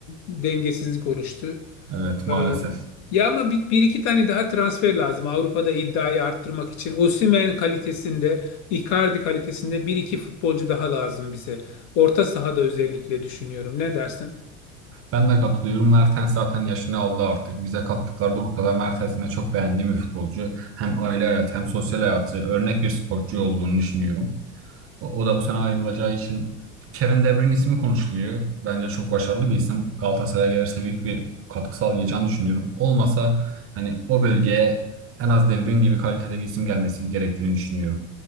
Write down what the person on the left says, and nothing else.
dengesizlik oluştu.
Ee, ya ama bir, bir iki tane daha transfer lazım Avrupa'da iddiayı arttırmak için. Osimhen kalitesinde, Icardi kalitesinde bir iki futbolcu daha lazım bize. Orta sahada özellikle düşünüyorum. Ne dersin?